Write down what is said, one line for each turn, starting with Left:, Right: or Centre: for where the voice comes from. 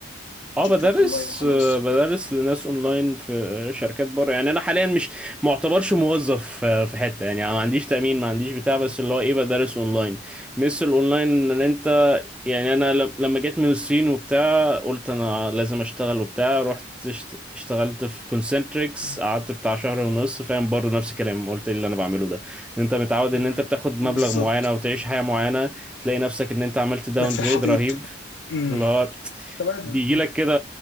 Centre: اه
Left: بروجكتات
Centre: بدرس
Left: اونلاين وخلاص؟
Centre: آه، بدرس لناس اونلاين في آه، شركات بره يعني انا حاليا مش معتبرش موظف آه، في حتة يعني ما عنديش تأمين ما عنديش بتاع
Left: مم.
Centre: بس اللي هو ايه بدرس اونلاين مثل الاونلاين ان انت يعني انا ل- لما جيت من الصين وبتاع قلت انا لازم اشتغل وبتاع رحت اشت- اشتغلت في كونسنتريكس
Left: مم.
Centre: قعدت بتاع شهر ونص فاهم برضه نفس الكلام قلت ايه اللي انا بعمله ده ان انت متعود
Left: مم.
Centre: ان انت بتاخد مبلغ
Left: بالظبط
Centre: معين او تعيش حياة معينة تلاقي نفسك ان انت عملت داون
Left: مات في الحضيض
Centre: جريد رهيب
Left: امم
Centre: اللي هو
Left: طب بقى
Centre: بيجي لك كده